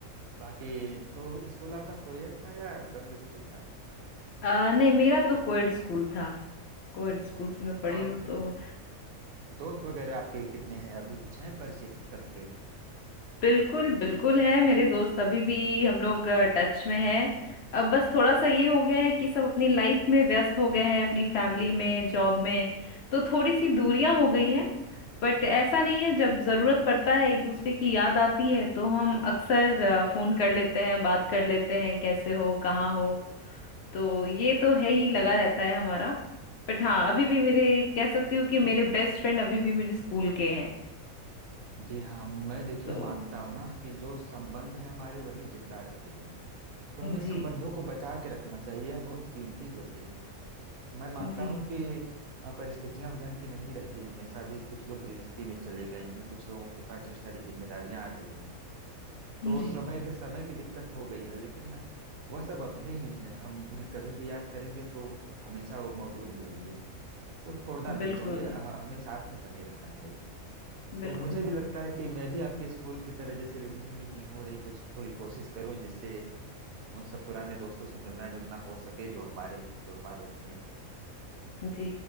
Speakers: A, on the right; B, on the left.
A: बाकी तो स्कूल आपका कोएड था या गर्ल स्कूल था
B: आ, नहीं मेरा तो कोएड स्कूल था कोएड स्कूल से मैं पढ़ी
A: और
B: हूँ तो
A: दोस्त वगैरह आपके कितने हैं अभी कुछ हैं परिचित सबके
B: बिल्कुल बिल्कुल है मेरे दोस्त अभी भी हम लोग टच में हैं अब बस थोड़ा सा ये हो गया है कि सब अपनी लाइफ में व्यस्त हो गए हैं अपनी फैमिली में जॉब में तो थोड़ी सी दूरियां हो गई है बट ऐसा नहीं है जब जरूरत पड़ता है एक दूसरे की याद आती है तो हम अक्सर अ, फोन कर लेते हैं बात कर लेते हैं कैसे हो कहाँ हो तो ये तो है ही लगा रहता है हमारा बट हाँ अभी भी मेरे कह सकती हूँ कि मेरे बेस्ट फ्रेंड अभी भी मेरे स्कूल के हैं
A: जी हाँ मैं देखिए
B: तो
A: मानता हूँ ना कि जो संबंध है हमारे वही जिंदा रहते हैं तो हमें संबंधों
B: जी
A: को बचा के रखना चाहिए यह बहुत कीमती होते हैं मैं मानता
B: जी
A: हूं कि अ, परिस्थितियां ढंग की नहीं रहती है हमेशा भी कुछ लोग गृहस्थी में चले गए हैं कुछ लोगों के पास ढेर सारी जिम्मेदारियां आ गई हैं। तो
B: जी
A: समय के समय की दिक्कत हो गई है लेकिन वह सब अपने ही हैं हम उन्हें कभी भी याद करेंगे तो हमेशा वो मौजूद मिलेंगे तो छोड़ना नहीं
B: बिल्कुल
A: चाहिए ह- हमें साथ में बने रहना चाहिए तो
B: बिल्कुल
A: मुझे भी लगता है कि मैं भी आपके स्कूल की तरह जैसे मिनी मीटिंग हो रही कुछ थोड़ी कोशिश करूं जिससे उन सब पुराने दोस्तों से मिलना जुलना हो सके जो हमारे हैं जो हमारे अपने हैं
B: जी